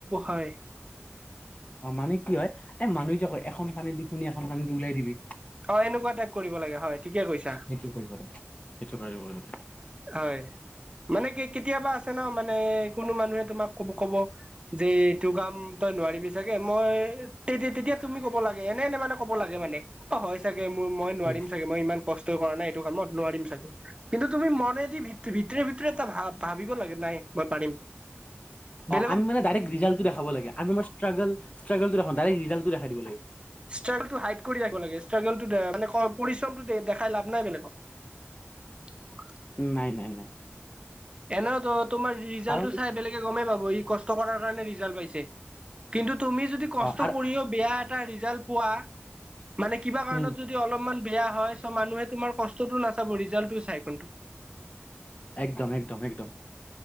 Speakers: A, on the right; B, on the left.
A: হয়
B: অ', মানে কি হয়? এ মানুহে যে কয় এখন কাণেদি শুনি এখন কানেদি উলিয়াই দিবি।
A: অ', এনেকুৱা টাইপ কৰিব লাগে হয়। ঠিকেই কৈছা।
B: সেইটো কৰিব লাগে সেইটো কৰিব লাগে
A: হয়, মানে কি কেতিয়াবা আছে ন। মানে কোনো মানুহে তোমাক কব কব যে এইটো কাম তই নোৱাৰিবি চাগে, মই তে তেতিয়া তুমি কব লাগে এনে এনে মানে কব লাগে মানে অ' হয় চাগে। চাগে মোৰ মই নোৱাৰিম
B: উম
A: চাগে মই ইমান কষ্ট কৰা নাই এইটো কামত নোৱাৰিম চাগে। কিন্তু তুমি মনে দি ভিত ভিতৰে ভিতৰে এটা ভ ভাবিব লাগে নাই মই পাৰিম। বেলেগক
B: অ আমি মানে ডাইৰেক্ ৰিজাল্টটো দেখাব লাগে, আমি আমাৰ স্ত্ৰাগল <unintelligible> ডাইৰেক্ ৰিজাল্টো দেখাই দিব লাগে।
A: ষ্টাগল টো হাইট কৰি ৰাখিব লাগে। ষ্টাগ ল মানে পৰিশ্ৰমটো দেখাই লাভ নাই বেলেগক।
B: নাই -নাই -নাই।
A: এনেও তোমাৰ ৰিজাল্টটো
B: কাৰণ
A: চাই বেলেগে গমেই পাব। ই কষ্ট কৰাৰ কাৰণে ৰিজাল্ট পাইছে। কিন্তু তুমি যদি কষ্ট
B: অ আৰু
A: কৰিও বেয়া এটা ৰিজাল্ট পোৱা, মানে কিবা কাৰণত
B: উম
A: যদি অলপমান বেয়া হয় চ' মানুহে তোমাৰ কষ্টতটো নাচাব ৰিজাল্টটো চাই কিন্তু।
B: একদম- একদম- একদম।